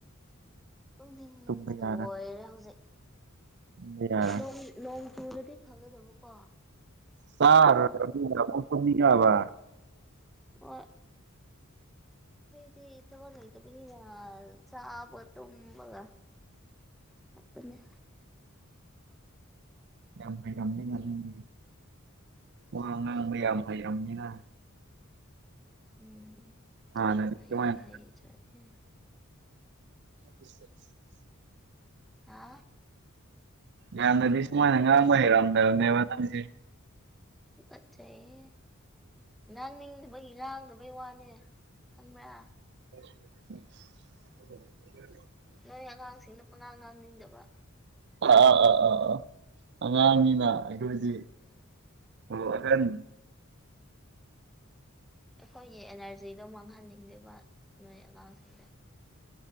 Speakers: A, in the centre; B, on the right.
A: ꯇꯨꯝꯅꯤꯡꯕꯅ
B: ꯇꯨꯝꯕ ꯌꯥꯔꯣꯏ
A: ꯂꯣꯏꯔꯦ ꯍꯧꯖꯤꯛ
B: ꯇꯨꯝꯕ ꯌꯥꯔꯣꯏ
A: ꯅꯣꯡ ꯅꯣꯡ ꯆꯨꯔꯗꯤ ꯐꯒꯗꯕꯀꯣ
B: ꯆꯥ ꯂꯣꯏꯔꯛꯑꯝꯅꯤꯅ ꯑꯃꯨꯛ ꯇꯨꯝꯅꯤꯡꯉꯛꯑꯕ
A: ꯑꯣꯏ ꯑꯩꯈꯣꯏꯗꯤ ꯊꯕꯛ ꯂꯩꯇꯕꯅꯤꯅ ꯆꯥꯕꯒ ꯇꯨꯝꯕꯒ ꯑꯗꯨꯅꯦ
B: ꯌꯥꯝ ꯍꯩꯔꯝꯃꯤꯅ ꯅꯪꯗꯤ ꯋꯥ
A: ꯎꯝ
B: ꯉꯥꯡꯕ ꯌꯥꯝ ꯍꯩꯔꯝꯃꯤꯅ
A: ꯎꯝ
B: ꯍꯥꯟꯅꯗꯤ
A: ꯍꯩ
B: ꯁꯨꯃꯥꯏꯅ
A: ꯍꯥꯏ ꯆꯥꯠꯅꯦ
B: <unintelligible>
A: ꯍꯥ
B: ꯌꯥꯝꯅꯗꯤ ꯁꯨꯃꯥꯏꯅ ꯉꯥꯡꯕ ꯍꯩꯔꯝꯗꯕꯅꯦꯕ ꯅꯪꯖꯦ
A: ꯇꯨꯀꯠꯆꯩꯍꯦ ꯉꯥꯡꯅꯤꯡꯗꯕꯒꯤ ꯉꯥꯡꯗꯕꯩ ꯋꯥꯅꯦ ꯈꯪꯕ꯭ꯔꯥ
B: <unintelligible>
A: ꯅꯣꯏ ꯑꯉꯥꯡꯁꯤꯡꯗ ꯄꯪꯉꯥꯡ ꯉꯥꯡꯅꯤꯡꯗꯕ
B: ꯑꯥ ꯑꯥ ꯑꯥ ꯑꯥ ꯑꯥ ꯑꯉꯥꯡꯅꯤꯅ ꯑꯗꯨꯗꯤ
A: ꯎꯝ
B: ꯑꯣ ꯑꯍꯟ
A: ꯑꯩꯈꯣꯏꯒꯤ ꯑꯦꯅꯔꯖꯤꯗꯣ ꯃꯥꯡꯍꯟꯅꯤꯡꯗꯦꯕ ꯅꯣꯏ ꯑꯉꯥꯡꯁꯤꯡꯗ